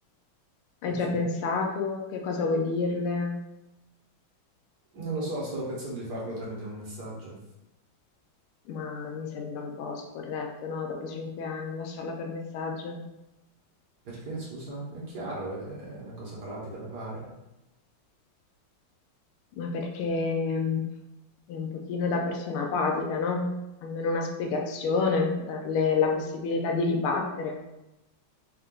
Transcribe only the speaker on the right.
È
che
Non lo so, stavo pensando di farlo tramite un messaggio.
Perché, scusa? È chiaro, è una cosa pratica da fare.